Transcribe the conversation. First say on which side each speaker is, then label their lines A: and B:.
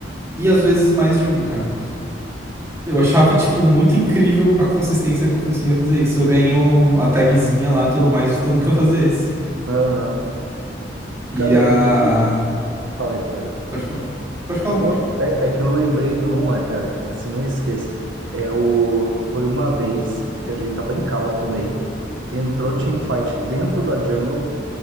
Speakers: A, on the right (about 15°); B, on the right (about 80°).
A: e às vezes mais de um, cara. Eu achava, tipo, muito incrível a consistência que eu conseguia fazer isso. Eu ganhei um- a tagzinha lá e tudo mais de tanto que eu fazia isso.
B: Aham.
A: E
B: Cara,
A: a...
B: eu lembrei. Falei, falei.
A: Pode falar. Pode falar,
B: Não,
A: pode falar.
B: É, é que eu lembrei de uma, cara, é, se não esqueço. É o... Foi uma vez que a gente tava em cal também. Entrou teamfight dentro da jungle.